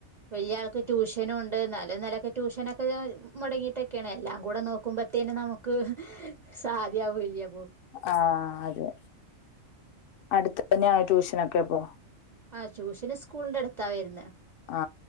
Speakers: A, on the right (about 45°); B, on the left (about 65°).
A: വല്യാൾക്ക് ട്യൂഷൻ ട്ട്യനുണ്ട് ഇന്നാലു ഇന്നാലൊക്കെ ട്യൂഷനൊക്കെ മൊടങ്ങിട്ടൊക്കേണ്. എല്ലാം കൂടെ നോക്ക ക്കുമ്പത്തേെന് നമുക്ക് സാധ്യവുല്യ
B: ആഹ് അതെ അടുത്ത് തന്നെയാണോ ട്യൂഷനൊക്കെപ്പോ
A: ആഹ് ട്യൂഷന് സ്കൂളിന്റെ അടുത്ത വുരുന്നെ
B: ആ